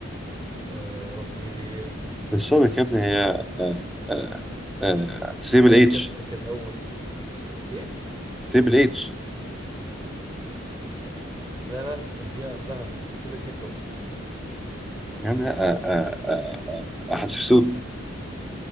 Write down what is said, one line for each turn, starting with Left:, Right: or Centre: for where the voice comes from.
Right: آه... يا ربي
Centre: السابق يا ابني هي آه، آه، آه، تسيب
Right: لا
Centre: الاتش
Right: هي دي كانت كانت أول إيه؟
Centre: تسيب الاتش
Right: لا لا كان فيها قبلها سوبك نيفرو
Centre: يعني آه، آه، آه، آه، حتشبسوت